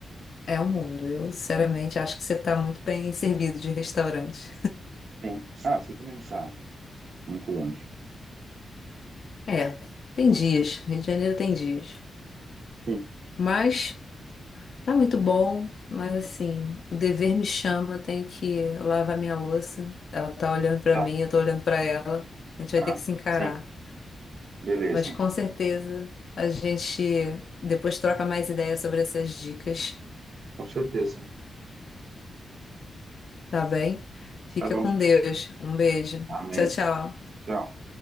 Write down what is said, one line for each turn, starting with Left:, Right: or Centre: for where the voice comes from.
Left: É o mundo. Eu, sinceramente, acho que você tá muito bem servido de restaurante.
Right: Sim. Ah, você também não tá muito longe.
Left: É, tem dias. Rio de Janeiro tem dias.
Right: Sim.
Left: Mas. Tá muito bom, mas assim, o dever me chama, eu tenho que lavar minha louça. Ela tá olhando pra
Right: Tá.
Left: mim, eu tô olhando pra ela. A gente vai
Right: Ah,
Left: ter que se encarar.
Right: sim. Beleza.
Left: Mas com certeza a gente depois troca mais ideias sobre essas dicas,
Right: Com certeza.
Left: tá bem? Fica
Right: Tá bom.
Left: com Deus. Um beijo.
Right: Amém.
Left: Tchau, tchau.
Right: Tchau.